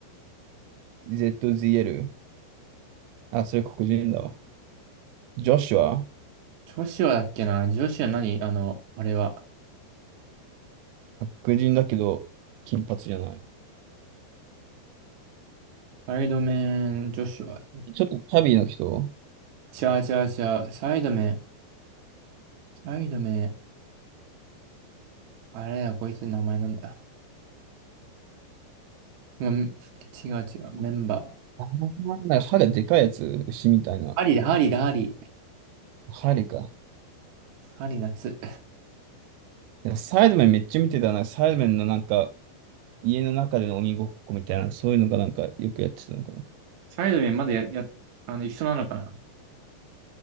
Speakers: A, on the right; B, on the right.
A: TBZZL。あ、それ黒人だわ。ジョシュは
B: ジョシュアだっけなジョシュア何あの、あれは。
A: 白人だけど、金髪じゃない。
B: サイド麺、ジョシュア。
A: ちょっとチャビーの人
B: ちゃうちゃうちゃう。サイド麺、サイド麺。あれだ、こいつの名前なんだ。ま、違う違う。メンバー。
A: あーなんか歯がでかいやつ牛みたいな。
B: ハリーだ、ハリーだ、ハリー。
A: 針か。
B: ハリー夏。
A: なんかサイドメンめっちゃ見てたな。サイドメンのなんか、家の中での鬼ごっこみたいな、そういうのがなんかよくやってたのかな。
B: サイドメンまだや、や、あの、一緒なのかな